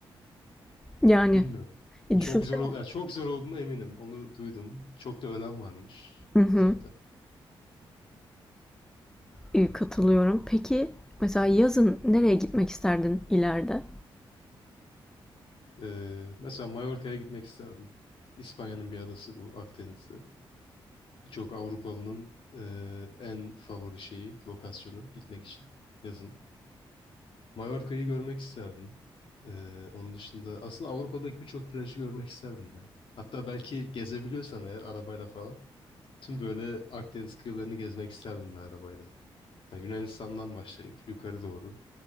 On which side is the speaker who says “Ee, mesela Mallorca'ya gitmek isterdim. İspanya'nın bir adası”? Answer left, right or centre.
Left